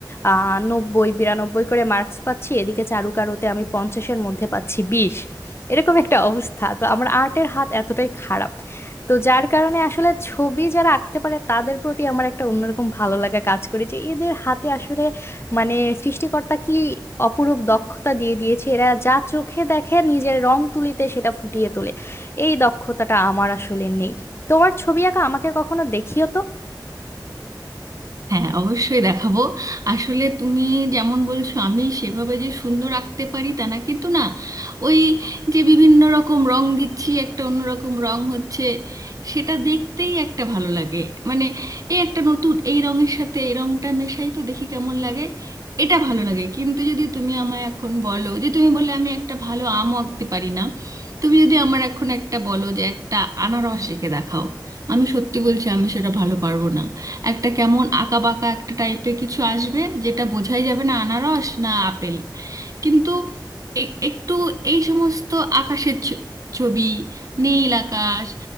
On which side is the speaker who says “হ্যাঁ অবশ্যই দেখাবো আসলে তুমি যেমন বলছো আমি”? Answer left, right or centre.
Right